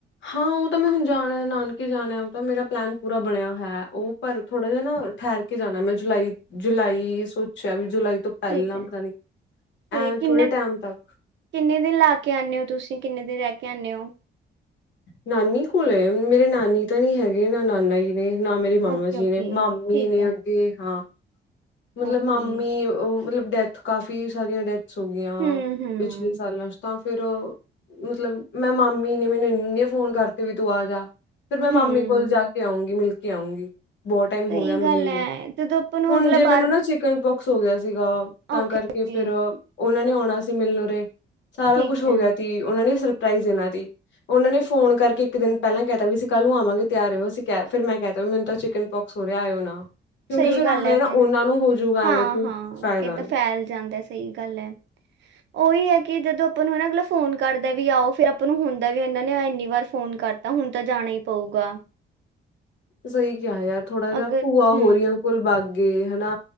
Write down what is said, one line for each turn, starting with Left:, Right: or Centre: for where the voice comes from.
Left: ਹਾਂ ਉਹ ਤਾਂ ਮੈਂ ਹੁਣ ਜਾਣਾ, ਨਾਨਕੇ ਜਾਣਾ ਉਹ ਤਾਂ ਮੇਰਾ ਪਲੈਨ ਪੂਰਾ ਬਣਿਆ ਹੋਇਆ। ਉਹ ਪਰ ਥੋੜ੍ਹਾ ਜਿਹਾ ਨਾ ਠਹਿਰ ਕੇ ਜਾਣਾ ਮੈਂ ਜੁਲਾਈ ਜੁਲਾਈ ਸੋਚਿਆ ਵੀ ਜੁਲਾਈ ਤੋਂ ਪਹਿਲਾਂ
Right: ਠੀਕ ਹੈ
Left: ਪਤਾ ਨੀ,
Right: ਤੇ
Left: ਐਂ
Right: ਕਿੰਨਾ
Left: ਥੋੜੇ ਟਾਈਮ ਤੱਕ।
Right: ਕਿੰਨੇ ਦਿਨ ਲਾ ਕੇ ਆਣੇ ਔ ਤੁਸੀਂ, ਕਿੰਨੇ ਦਿਨ ਰਹਿ ਕੇ ਆਣੇ ਔਂ।
Left: ਨਾਨੀ ਕੋਲ, ਮੇਰੇ ਨਾਨੀ ਤਾਂ ਨੀ ਹੈਗੇ ਨਾ ਨਾਨਾ ਜੀ। ਨੇ ਨਾ ਮੇਰੀ ਮਾਮਾ
Right: ਓਕੇ
Left: ਜੀ
Right: ਓਕੇ
Left: ਨੇ, ਮਾਮੀ
Right: ਠੀਕ
Left: ਨੇ
Right: ਹੈ
Left: ਅੱਗੇ ਹਾਂ। ਮਤਲਬ
Right: ਓਕੇ
Left: ਮਾਮੀ ਉਹ ਮਤਲਬ ਡੈਥ ਕਾਫੀ ਸਾਰੀਆਂ ਡੈਥਸ ਹੋ ਗਈਆਂ।
Right: ਹੂੰ
Left: ਵਿਚ
Right: ਹੂੰ
Left: ਪਿਛਲੇ ਸਾਲਾਂ ਚ ਤਾਂ ਫਿਰ ਮਤਲਬ ਮੈਂ ਮਾਮੀ ਨੇ ਮੈਨੂੰ ਇੰਨੇ ਫੋਨ ਕਰਤੇ ਵੀ ਤੂੰ ਆ ਜਾ। ਫਿਰ ਮੈਂ
Right: ਹੂੰ
Left: ਮਾਮੀ ਕੋਲ ਜਾ ਕੇ ਆਊਂਂਗੀ, ਮਿਲ ਕੇ ਆਊਂਂਗੀ। ਬਹੁਤ ਟਾਈਮ ਹੋ
Right: ਸਹੀ
Left: ਗਿਆ ਮਿਲੀ
Right: ਗੱਲ
Left: ਨ੍ਹੀਂ।
Right: ਹੈ ਜਦੋਂ ਆਪਾਂ ਨੂੰ
Left: ਹੁਣ
Right: ਅਗਲਾ
Left: ਜੇ ਮੈਨੂੰ
Right: ਬਾਰ
Left: ਨਾ ਚਿਕਨ ਪੋਕਸ ਹੋ ਗਿਆ ਸੀਗਾ ਤਾਂ
Right: ਓਕੇ
Left: ਕਰਕੇ
Right: ਓਕੇ
Left: ਫਿਰ ਉਹਨਾਂ ਨੇ ਆਉਣਾ ਸੀ ਮਿਲਨ ਉਰੇ ਸਾਰਾ
Right: ਠੀਕ
Left: ਕੁਛ ਹੋ
Right: ਹੈ
Left: ਗਿਆ ਤੀ, ਉਹਨਾਂ ਨੇ ਸਰਪ੍ਰਾਈਜ਼ ਦੇਣਾ ਤੀ ਉਹਨਾਂ ਨੇ ਫੋਨ ਕਰਕੇ ਇੱਕ ਦਿਨ ਪਹਿਲਾਂ ਕਹਿ ਤਾ ਵੀ ਅਸੀਂ ਕੱਲ੍ਹ ਨੂੰ ਆਵਾਂਗੇ ਤਿਆਰ ਰੇਓ ਅਸੀ ਕੇ ਫਿਰ ਮੈਂ ਕਹਿਤਾ ਵੀ ਮੈਨੂੰ ਤਾਂ ਚਿਕਨ ਪੋਕਸ ਹੋ ਰਿਹਾ ਆਇਔ ਨਾ। ਕਿਉਂਕਿ
Right: ਸਹੀ
Left: ਫਿਰ ਆ ਮੈਂ ਨਾ
Right: <unintelligible>
Left: ਉਹਨਾਂ ਨੂੰ ਹੋਜੂਗਾ
Right: ਹਾਂ
Left: ਐਵੇਂ ਕੋਈ
Right: ਹਾਂ
Left: ਫਾਇਦਾ
Right: ਇਹ ਤਾਂ
Left: ਨਹੀਂ
Right: ਫੈਲ ਜਾਂਦਾ ਸਹੀ ਗੱਲ ਐ। ਉਹੀ ਐ ਕਿ ਜਦੋਂ ਆਪਾਂ ਨੂੰ ਹਨਾ ਅਗਲਾ ਫੋਨ ਕਰਦਾ ਵੀ ਆਓ, ਫਿਰ ਆਪਾਂ ਨੂੰ ਹੁੰਦਾ ਵੀ ਇਹਨਾਂ ਨੇ ਇੰਨੀ ਵਾਰ ਫੋਨ ਕਰ ਤਾਂ ਹੁਣ ਤਾਂ ਜਾਣਾ ਹੀ ਪਊਗਾ।
Left: ਸਹੀ ਕਿਹਾ ਯਾਰ ਥੋੜਾ ਜਿਹਾ
Right: ਅਗਰ
Left: ਭੂਆ
Right: ਹੂੰ,
Left: ਹੋ ਰਹੀਆਂ ਕੋਲ ਬਾਗੇ ਹਨਾਂ।